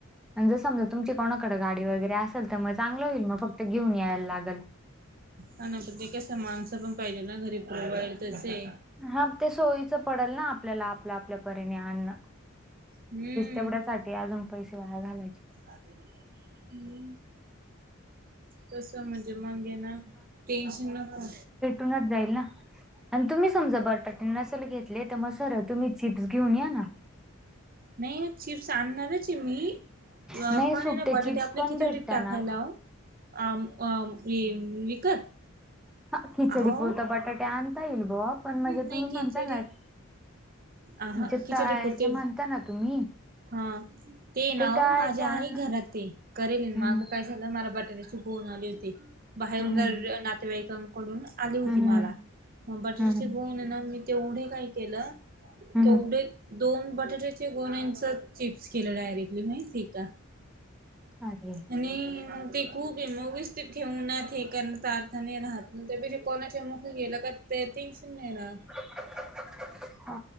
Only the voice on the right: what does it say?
ह ना प्रण्य का समानस पण पाहिजे ना घरी पवाल तसे
हम्म
हम्म कस म्हणजे मगे ना टेन्शन नको
नाही चिप्स आणणारची मी पण
आहे ना बटाटे
आपल्या
किती
ट्रीप टाकायला
आम आ विकत
अहो
नाही
खिचडी
अह
खिचडी
पुरते
हा ते ना
माझ्या
आहे घरात ते करेल
माग काय त्याला मला बटाट्याची बोन आली होती बाहेरून
नातेवाईकांकडून आली होती
मला
मग बटर
श गून ना मी तेवढे काय केलं
तेवढे दोन बटाट्याचे दोन इंच चिप्स केले डायरेक्टली माहिती का
आणि ते खूप व्यस्थित ठेव ना ते करचा अारथने राहत ना त्याे कोणाच्या मुख गेलं तर ते सन ना